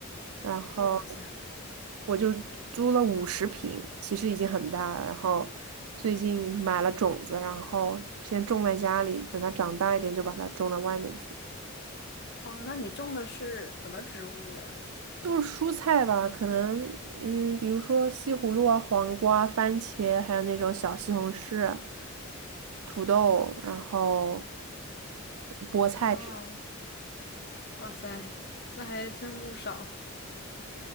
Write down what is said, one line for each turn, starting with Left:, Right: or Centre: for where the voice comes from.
Right: 然后
Left: 哇塞，
Right: 我就租了五十平，其实已经很大了。然后最近买了种子，然后先种在家里，等它长大一点就把它种到外面去。
Left: 哦，那你种的是什么植物呀？
Right: 都是蔬菜吧，可能嗯，比如说西葫芦啊、黄瓜啊、番茄，还有那种小西红柿、土豆，然后菠菜之类的
Left: 哦，哇塞，那还真不少。